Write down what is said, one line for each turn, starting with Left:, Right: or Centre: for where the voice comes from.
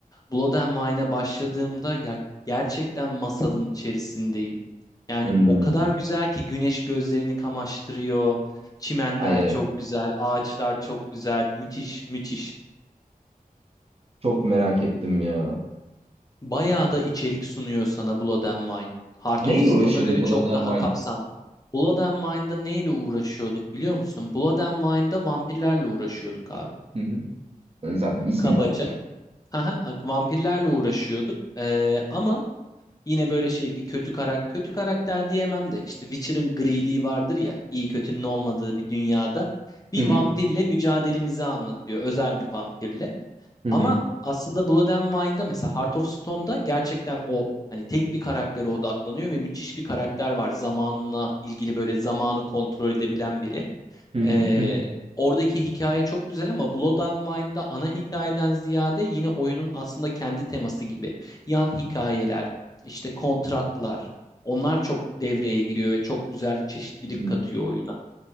Left: Blood and Wine'a başladığımda ya gerçekten masalın içerisindeyim. Yani
Right: Hmm.
Left: o kadar güzel ki güneş gözlerini kamaştırıyor. Çimenler
Right: Ay ay.
Left: çok güzel, ağaçlar çok güzel. Müthiş, müthiş.
Right: Çok merak ettim ya.
Left: Bayağı da içerik sunuyor sana Blood and Wine. Heart
Right: Neyle
Left: of Stone'a
Right: uğraşıyorduk
Left: göre
Right: Blood
Left: çok
Right: and
Left: daha kapsamlı. Blood and Wine'da neyle uğraşıyorduk biliyor musun? Blood and Wine'da vampirlerle uğraşıyorduk abi.
Right: Hı hı. Yani Zaten isminden.
Left: Kabaca. Aha, vampirlerle uğraşıyorduk. Ee, ama yine böyle şey bir kötü karakter, kötü karakter diyemem de işte Witcher'ın griliği vardır ya, iyi kötünün olmadığı bir dünyada bir
Right: Hı
Left: vampirle
Right: hı.
Left: mücadelemizi anlatıyor. Özel bir vampirle.
Right: Hı
Left: Ama
Right: hı.
Left: aslında Blood and Wine'da mesela Heart of Stone'da gerçekten o hani tek bir karaktere odaklanıyor ve müthiş bir karakter var. Zamanla ilgili böyle zamanı kontrol edebilen biri.
Right: Hı hı.
Left: Ee,
Right: Hı hı.
Left: oradaki hikaye çok güzel ama Blood and Wine'da ana hikayeden ziyade yine oyunun aslında kendi teması gibi. Yan hikayeler, işte kontratlar onlar çok devreye giriyor ve çok güzel çeşitlilik
Right: Hı.
Left: katıyor oyuna.